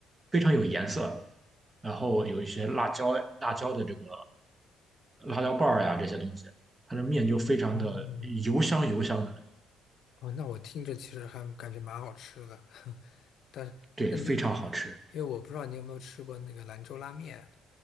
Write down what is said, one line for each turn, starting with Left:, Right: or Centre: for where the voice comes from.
Right: 非常有颜色，然后有一些辣椒辣椒的这个辣椒瓣儿呀这些东西，它的面就非常的油香油香的，
Left: 嗯，哦，那我听着其实还感觉蛮好吃的，但但你你我因为我不知道你有没有吃过那个兰州拉面，
Right: 对，非常好吃。